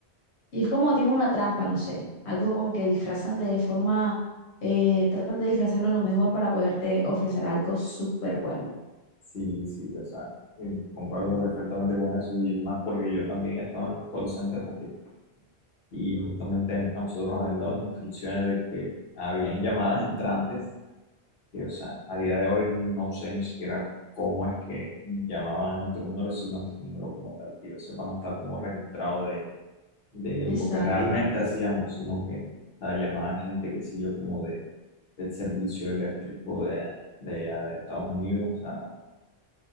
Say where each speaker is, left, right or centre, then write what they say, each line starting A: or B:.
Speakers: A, on the left; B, on the left.
A: Y es como tipo una trampa, no sé, algo como que disfrazan de forma, eh, tratan de disfrazarlo lo mejor para poderte ofrecer algo súper bueno.
B: Sí, sí, o sea, eh, concuerdo perfectamente con eso y es más porque yo también estaba en call centers así. Y justamente a nosotros nos habían dado las instrucciones de que habían llamadas entrantes Sí, o sea, a día de hoy no sé ni siquiera cómo es que llamaban a nuestro número, si nuestro número como tal, que yo sepa, no está como registrado de, de
A: Exacto,
B: lo que realmente hacíamos, sino que la llamada de gente que sé yo como de, del servicio eléctrico de, de, allá de Estados Unidos, o sea,